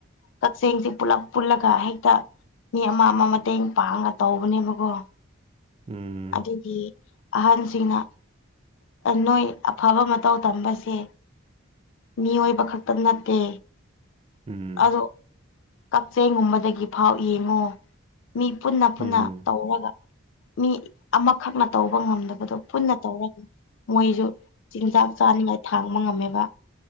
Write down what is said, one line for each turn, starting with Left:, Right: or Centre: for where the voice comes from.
Left: ꯀꯛꯆꯦꯡꯁꯤ ꯄꯨꯂꯞ ꯄꯨꯜꯂꯒ ꯍꯦꯛꯇ ꯃꯤ ꯑꯃ ꯑꯃ ꯃꯇꯦꯡ ꯄꯥꯡꯉ ꯇꯧꯕꯅꯦꯕꯀꯣ
Right: ꯎꯝ
Left: ꯑꯩꯈꯣꯏꯒꯤ ꯑꯍꯟꯁꯤꯡꯅ ꯅꯣꯏ ꯑꯐꯕ ꯃꯇꯧ ꯇꯝꯕꯁꯦ ꯃꯤꯑꯣꯏꯕ ꯈꯛꯇ ꯅꯠꯇꯦ
Right: ꯎꯝ
Left: ꯑꯗꯣ ꯀꯛꯆꯩꯒꯨꯝꯕꯗꯒꯤ ꯐꯥꯎ ꯌꯦꯡꯉꯣ ꯃꯤ ꯄꯨꯟꯅ ꯄꯨꯟꯅ
Right: ꯎꯝ
Left: ꯇꯧꯋꯣꯕ ꯃꯤ ꯑꯃꯈꯛꯅ ꯇꯧ ꯇꯧꯕ ꯉꯝꯗꯕꯗꯣ ꯄꯨꯟꯅ ꯇꯧꯔꯗꯤ ꯃꯣꯏꯁꯨ ꯆꯤꯟꯖꯥꯛ ꯆꯥꯅꯤꯡꯉꯥꯏ ꯊꯥꯡꯕ ꯉꯝꯃꯦꯕ